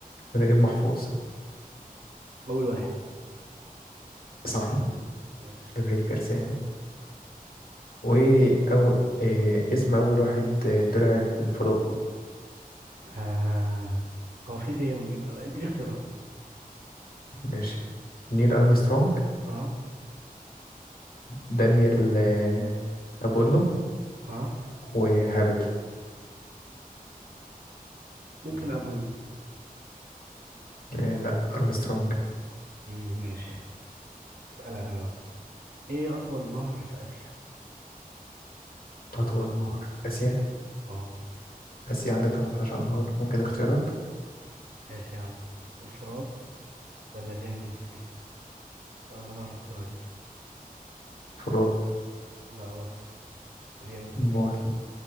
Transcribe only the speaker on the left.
ونجيب محفوظ
صح
جابرييل جارسيا وأو إيه اسم أول واحد آه، طلع الفضاء
ماشي نيل أرمسترونج
دانيال آه، أبولو
وهابت
آه، لا أرمسترونج
أطول نهر في آسيا
آسيا عادة مفيهاش أنهار ممكن اختيارات
فروت
مول